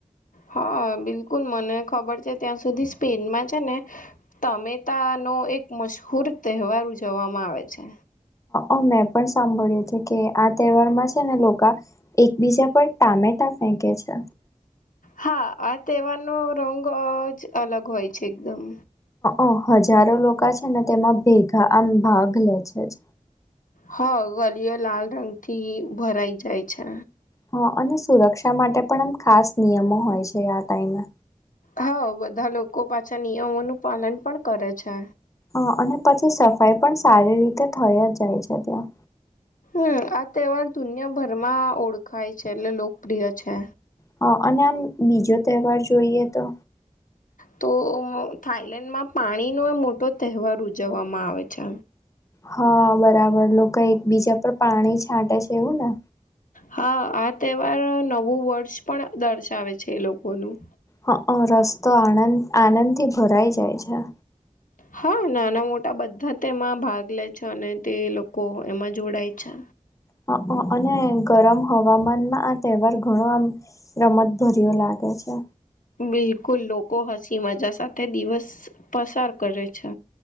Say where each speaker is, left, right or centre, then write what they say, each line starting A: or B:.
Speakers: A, on the left; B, on the left.
A: હા બિલકુલ, મને ખબર છે ત્યાં સુધી સ્પેનમાં છે ને તમે તા નો એક મશુર તહેવાર ઉજવવામાં આવે છે.
B: અ મેં પણ સાંભળ્યું છે કે આ તહેવારમાં છે ને લોકા એકબીજા પર ટામેટા ફેકે છે.
A: હા આ તેહેવારનો રંગ જ અલગ હોય છે કે મ
B: અ હ હજારો લોકો છે ને તેમાં ભેગા આમ ભાગ લે છે જ
A: હા ગલીઓ લાલ રંગ થી ભરાઈ જાય છે
B: હા અને સુરક્ષા માટે પણ આમ ખાસ નિયમો હોય છે આ ટાઈમે
A: હા બધા લોકો પાછા નિયમોનું પાલન પણ કરે છે
B: હ અ અને પછી સફાઈ પણ સારી રીતે થઈ જ જાય છે ત્યાં
A: હમ આ તહેવાર દુનિયાભરમાં ઓળખાય છે એટલે લોકપ્રિય છે
B: હા અને આમ બીજો તહેવાર જોઈએ તો
A: તો થાઈલેન્ડ માં પાણીનો મોટો તહેવાર ઉજવવામાં આવે છે
B: હા બરાબર લોકો એકબીજા પર પાણી છાંટે છે એવું ને
A: હા આ તહેવાર નવું વર્ષ પણ દર્શાવે છે એ લોકોનું
B: અ રસ્તો આનંદ આનંદ થી ભરાઈ જાય છે
A: હા નાના મોટા બધા તેમાં ભાગ લે છે અને તે લોકો એમાં જોડાય છે
B: હ અને ગરમ હવામાનમાં આ તહેવાર રમતભર્યો લાગે છે
A: બિલકુલ લોકો હસી મજા સાથે દિવસ પસાર કયો છે